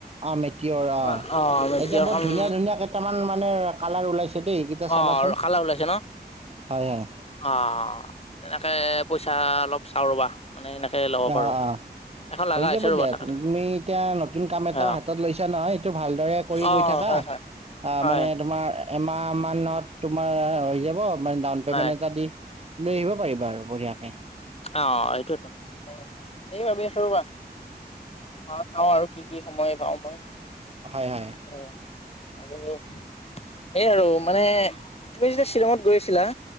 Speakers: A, on the right; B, on the left.
A: অ' মেটিয়ৰ
B: <unintelligible>
A: অ'। এতিয়া
B: এখন।
A: বহুত ধুনীয়া ধুনীয়া কেইটামান মানে কালাৰ ওলাইছে দেই।
B: অ
A: চাবাচোন
B: ৰখালা ওলাইছে নহ?
A: হয় হয়
B: অ, তেনেকে পইচা অলপ চাওঁ ৰ'বা। মানে এনেকে ল'ব
A: অ,
B: পাৰো
A: অ।
B: এখন লগা
A: হৈ
B: হৈছে
A: যাব
B: ৰ'বা
A: দিয়া
B: তাকেতো
A: তুমি এতিয়া নতুন কাম এটাও
B: অ
A: হাতত লৈছা নহয় এইটো ভালদৰে কৰি
B: অ',
A: গৈ থাকা।
B: হয় হয়
A: অ
B: হয়
A: মানে তোমাৰ এমাহ মানত তোমাৰ হৈ যাব মানে ডাউন পেমেন্ট
B: হয়
A: এটা দি। লৈ আহিব পাৰিবা আৰু বঢ়িয়াকে।
B: অ এইটোৱেতো মানে এই ভাবি আছোঁ ৰ'বা অ চাওঁ আৰু কি কি সময় পাওঁ মই।
A: হয়, হয়।
B: উম আৰু এই আৰু মানে তুমি যেতিয়া শ্বিলঙত গৈছিলা?